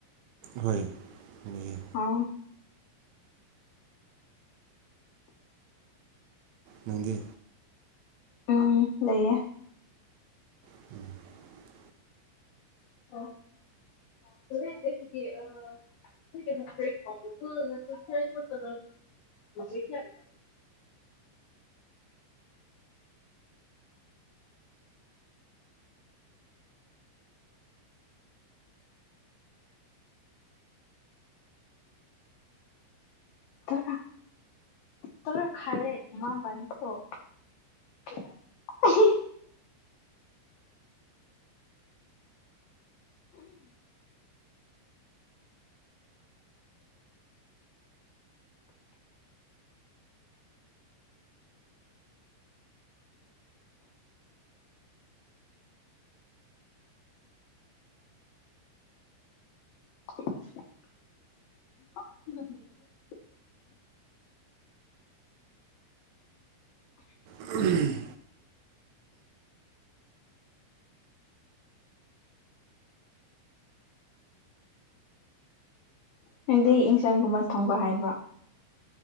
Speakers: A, on the right (about 75°); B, on the left (about 85°).
A: ꯍꯣꯏ ꯑꯗꯥꯒꯤ
B: ꯍꯥꯎꯋꯤ
A: ꯅꯪꯗꯤ
B: ꯎꯝ ꯂꯩꯌꯦ
A: <unintelligible>
B: ꯑꫭ ꯍꫭꯔꯦꯟꯗꯒꯤꯗꯤ ꯑꯥ <unintelligible> ꯇꯔ ꯇꯔ ꯈꯥꯏꯔꯦ ꯏꯃꯥ ꯏꯄꯥ ꯗꯒꯤꯁꯨ <unintelligible> <unintelligible>
A: UNINTELLIGIBLE
B: ꯅꯪꯗꯤ ꯏꯟꯁꯥꯡ ꯒꯨꯝꯕ ꯊꯣꯡꯕ ꯍꯩꯕ꯭ꯔꯥ